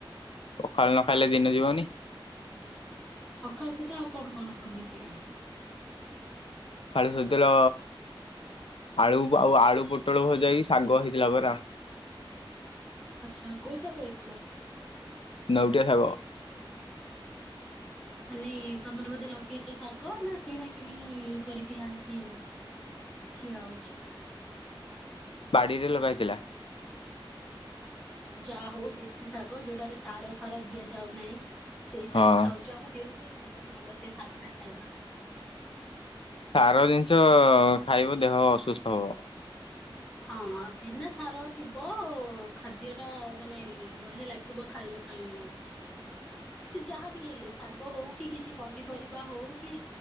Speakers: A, on the left; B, in the centre.
A: ପଖାଳ ନ ଖାଇଲେ ଦିନ
B: <unintelligible>
A: ଯିବନି।
B: ପଖାଳ ସହିତ ଆଉ କଣ କଣ ସବୁ ହେଇଥିଲା?
A: ଖାଳ ସହିତଳ ଆଳୁ ଆଉ ଆଳୁ ପୋଟଳ ଭଜା ହେଇକି ଶାଗ ହେଇଥିଲା ପରା।
B: ଆଚ୍ଛା କୋଉ ଶାଗ ହେଇଥିଲା?
A: ନେଉଟିଆ ଶାଗ।
B: ମାନେ ତମର ବୋଧେ ଲଗେଇଛ ଶାଗ ନା କିଣା କିିଣି କରିକି ଆଣିକି ଖିଆ ହେଉଛି।
A: ବାଡିରେ ଲଗା ହେଇଥିଲା
B: ଯାହା ହଉ ଦେଶୀ ଶାଗ ଯୋଉଟାରେ ସାର ଫାର ଦିଆଯାଉନାହିଁ ସେଇ ଶାଗ
A: ହଁ।
B: ଖାଉ ଚ ଆମ ଦେହ ପାଇଁ ବହୁତ ଭଲ ସେ ଶାଗଟା ଖାଇବା।
A: ସାର ଜିନିଷ ଖାଇବ ଦେହ ଅସୁସ୍ଥ ହବ।
B: ହଁ ବିନା ସାର ଥିବ ଖାଦ୍ୟ ଟା ମାନେ ବଢିଆ ଲାଗିବ ଖାଇବାକୁ। ପାଇଁ ସେ ଯାହାବିି ହେଲେ ଶାଗ ହଉ, କି କିଛି ପନିପରିବା ହଉ, କି